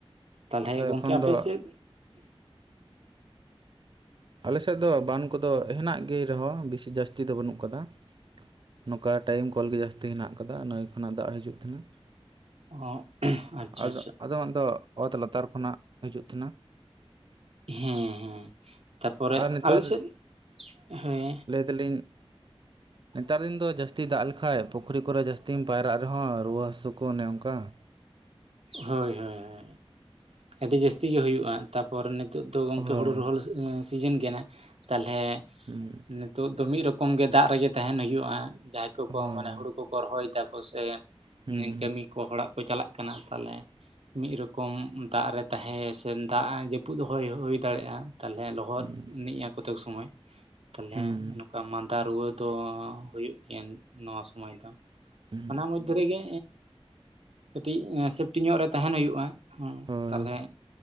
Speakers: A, on the right; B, on the right.
A: ᱛᱟᱦᱚᱞᱮ
B: ᱟᱫᱚ
A: ᱜᱚᱝᱠᱮ
B: ᱮᱠᱷᱚᱱ
A: ᱟᱯᱮ
B: ᱫᱚ
A: ᱥᱮᱫ
B: ᱟᱞᱮᱥᱮᱫ ᱫᱚ ᱵᱟᱱ ᱠᱚᱫᱚ ᱦᱮᱱᱟᱜ ᱜᱮ ᱨᱮᱦᱚᱸ ᱵᱮᱥᱤ ᱡᱟᱹᱥᱛᱤ ᱫᱚ ᱵᱟᱹᱱᱩᱜ ᱠᱟᱫᱟ ᱾ ᱱᱚᱝᱠᱟ ᱴᱟᱭᱤᱢ ᱠᱚᱞ ᱜᱮ ᱡᱟᱹᱥᱛᱤ ᱦᱮᱱᱟᱜ ᱟᱠᱟᱫᱟ, ᱱᱟᱹᱭ ᱠᱷᱚᱱᱟᱜ ᱫᱟᱜ ᱦᱤᱡᱩᱜ ᱛᱟᱦᱮᱸᱱᱟ ᱾
A: ᱚᱸ ᱟᱪᱪᱷᱟ
B: ᱟᱫᱚ
A: ᱟᱪᱪᱷᱟ
B: ᱟᱫᱚ ᱫᱚ ᱚᱛ ᱞᱟᱛᱟᱨ ᱠᱷᱚᱱᱟᱜ ᱦᱤᱡᱩᱜ ᱛᱟᱸᱦᱮᱱᱟ ᱾
A: ᱦᱮᱸᱻ ᱦᱮᱸ ᱛᱟᱯᱚᱨᱮ
B: ᱟᱨ ᱱᱮᱛᱟᱨ
A: ᱟᱞᱮ ᱥᱮᱫ ᱦᱮᱸ ᱦᱳᱭ
B: ᱞᱟᱹᱭ ᱫᱟᱞᱤᱧ ᱱᱮᱛᱟᱨ ᱫᱤᱱ ᱫᱚ ᱡᱟᱹᱥᱛᱤ ᱫᱟᱜ ᱞᱮᱠᱷᱟᱡ ᱯᱩᱠᱷᱨᱤ ᱠᱚᱨᱮ ᱡᱟᱹᱥᱛᱤᱢ ᱯᱟᱭᱨᱟᱜ ᱨᱮᱦᱚᱸ ᱨᱩᱣᱟᱹ ᱦᱟᱹᱥᱩ ᱠᱚ ᱚᱱᱮ ᱚᱝᱠᱟ, <inaudible>
A: ᱦᱳᱭ ᱦᱳᱭ ᱦᱳᱭ ᱟᱹᱰᱤ ᱡᱟᱹᱥᱛᱤ ᱜᱮ ᱦᱩᱭᱩᱜᱼᱟ, ᱛᱟᱯᱚᱨᱮ ᱱᱤᱛᱚᱜ ᱫᱚ ᱜᱚᱝᱠᱮ
B: ᱦᱳᱭ ᱦᱳᱭ
A: ᱦᱩᱲᱩ ᱨᱚᱦᱚᱭ ᱥᱤᱡᱮᱱ ᱠᱟᱱᱟ, ᱛᱟᱦᱚᱞᱮ
B: ᱦᱩᱸ
A: ᱱᱤᱛᱚᱜ ᱫᱚ ᱢᱤᱫ ᱨᱚᱠᱚᱢ ᱜᱮ ᱫᱟᱜ ᱨᱮᱜᱮ ᱛᱟᱦᱮᱱ ᱦᱩᱭᱩᱜᱼᱟ, ᱡᱟᱦᱟᱸᱭ ᱠᱚᱠᱚ
B: ᱦᱳᱭ
A: ᱢᱟᱱᱮ ᱦᱳᱲᱳ ᱠᱚ ᱠᱚ ᱨᱚᱦᱚᱭ ᱫᱟᱠᱚ ᱥᱮ
B: ᱦᱩᱸ
A: ᱠᱟᱹᱢᱤ ᱠᱚ ᱦᱚᱲᱟᱜ ᱠᱚ ᱪᱟᱞᱟᱜ ᱠᱟᱱᱟ ᱾ ᱛᱟᱦᱚᱞᱮ ᱢᱤᱫ ᱨᱚᱠᱚᱢ ᱫᱟᱜ ᱨᱮ ᱛᱟᱦᱮᱸ ᱥᱮ ᱫᱟᱜ ᱡᱟᱹᱯᱩᱫ ᱦᱚᱭ ᱦᱩᱭ ᱫᱟᱲᱮᱜᱼᱟ᱾ ᱛᱟᱞᱦᱮ ᱞᱚᱦᱚᱫ
B: ᱦᱩᱸ
A: ᱮᱱᱤᱡᱼᱟ ᱠᱚᱛᱮᱠ ᱥᱚᱢᱚᱭ ᱛᱟᱞᱦᱮ
B: ᱦᱩᱸ ᱦᱩᱸ
A: ᱚᱱᱠᱟ ᱢᱟᱸᱫᱟ ᱨᱩᱣᱟᱹ ᱫᱚ ᱦᱩᱭᱩᱜ ᱜᱮᱭᱟ ᱱᱚᱣᱟ ᱥᱩᱢᱟᱹᱭ ᱫᱚ᱾
B: ᱦᱩᱸ
A: ᱚᱱᱟ ᱢᱚᱫᱽᱫᱷᱮ ᱨᱮᱜᱮ ᱠᱟᱹᱴᱤᱡ ᱥᱮᱯᱴᱤ ᱧᱚᱜ ᱨᱮ ᱛᱟᱦᱮᱱ ᱦᱩᱭᱩᱜᱼᱟ ᱾ ᱦᱚᱸ
B: ᱦᱳᱭ
A: ᱛᱟᱞᱚᱞᱮ